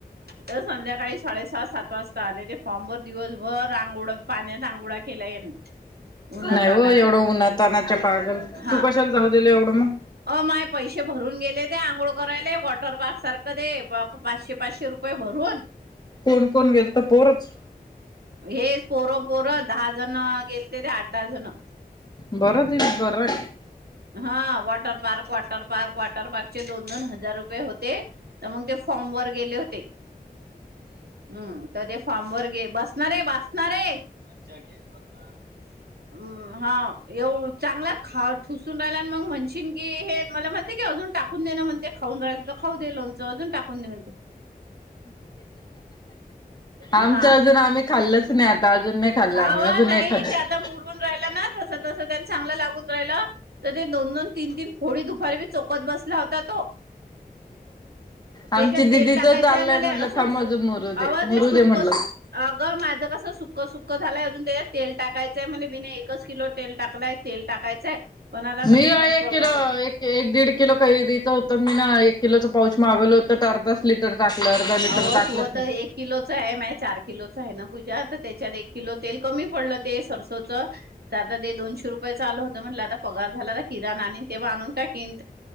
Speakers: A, on the right (about 80°); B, on the left (about 25°).
A: संध्याकाळी साडेसहा-सात. वाजता ते फॉर्म वर दिवसभर अंघोळ पाण्यात आंघोळा केला यांनी. उन्हात
B: नाही
A: तानाच्या
B: ओ. एवढं उन्हा तानाच्या पागल.
A: हा
B: तू कशाला जाऊ दिलं एवढं मग.
A: अ माय पैसे भरून गेले ते आंघोळ करायले वॉटर पार्क सारखं दे पाचशे-पाचशे रुपये भरून.
B: कोण-कोण गेलत पोरच.
A: हेच पोरं-पोरं दहा जण गेलते ते आठ दहा जण.
B: बर तेचं बर हाय.
A: हा water park water park. Water पार्कचे. दोन-दोन हजार रुपये होते. तर मग ते फॉर्म वर गेले होते. हम्म तर ते फॉम वर गे बसणारे-बसणारे. मज्जा घेत बसा. हम्म हा येव चांगला ख ठुसून राहिला आणि मग म्हणशीन. की हे मला म्हणते की. अजून टाकून दे ना. म्हणते खाऊ राल तर खाऊ दे लोणचं अजून टाकून दे म्हणते. हा
B: आमचं अजून आम्ही खाल्लंच
A: मला
B: नाही आता अजून नाही खाल्लं आम्ही अजून
A: नाही
B: खाल्लं
A: ते आता मुरून राहिलं ना तस तस त्यांनी चांगलं लागून राहिलं तर ते दोन दोन तीन तीन फोडी दुपारी बी चोकत बसला होता तो त्याच्यात
B: आमची दिदीच
A: तेल टाकायचंय
B: चाललंय
A: म्हण
B: म्हटलं
A: असं
B: थांब अजून मुरू दे
A: अगं
B: मुरू
A: ते सुक
B: दे म्हटलं
A: सु अगं माझं कसं सु सुक सुक्ख झालंय अजून त्याच्यात तेल टाकायचंय म्हणजे बिने एकच किलो तेल टाकलाय तेल टाकायचंय पण आता
B: मी
A: माही
B: आहे एकि
A: पगार
B: एक एक दीड किलो काही दिता होत मी ना एक किलोच पाऊच मागवल होत तर अर्धास लिटर टाकलं अर्धा लिटर
A: अवं
B: टाकलंच
A: तू
B: नाही
A: तर एक किलोच आहे माझ चार किलोच आहे ना पूजा त्याच्यात एक किलो तेल कमी पडलं ते सरसोच तर आता ते दोनशे रुपयाेच आलं होत म्हणलं आता पगार झाल किरणा आणिण तेव्हा आणून टाकीन